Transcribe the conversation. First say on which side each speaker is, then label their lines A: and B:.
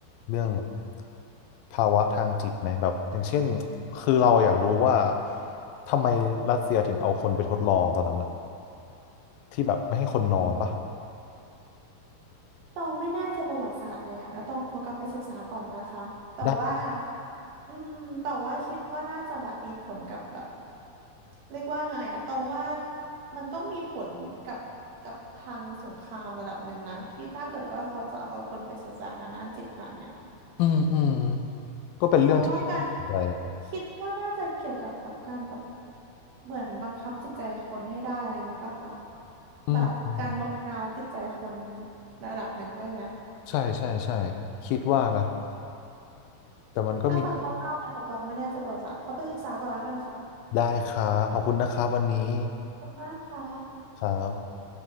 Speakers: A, on the left; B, on the right.
A: เรื่องแบบภาวะทางจิตไหมแบบอย่างเช่นคือเราอยากรู้ว่าทำไมรัสเซียถึงเอาคนไปทดลองตอนนั้นอะที่แบบไม่ให้คนนอนปะ
B: ตองไม่แน่ใจประวัติศาสตร์เลยอะแล้วตองขอกลับไปศึกษาก่อนนะคะ แต่ว่า
A: ได้
B: อืมแต่ว่าคิดว่าน่าจะแบบมีผลกับแบบเรียกว่าไงอะตองว่ามันต้องมีผลกับกับทางสงครามระดับหนึ่งนะที่ถ้าเกิดว่าเขาจะเอาคนไปศึกษาทางด้านจิตค่ะเนี่ย
A: อืมอืมก็เป็นเรื่องที่
B: เพราะว่าการ
A: <laughs> น่าสนใจ
B: คิดว่าน่าจะเกี่ยวกับแบบการแบบเหมือนบังคับจิตใจคนให้ได้อะไรอย่างงี้ปะคะ
A: อืมอืม
B: แบบการโน้มน้าวจิตใจคนระดับหนึ่งด้วยไหม
A: ใช่ใช่ใช่คิดว่านะแต่มันก็มี
B: ถ้าฟังคร่าวๆนะแต่ตองไม่น่าจะประวัติศาสตร์ขอไปศึกษาก่อนแล้วกันค่ะ
A: ได้ครับขอบคุณนะครับวันนี้
B: ขอบคุณมากค่ะ
A: ครับ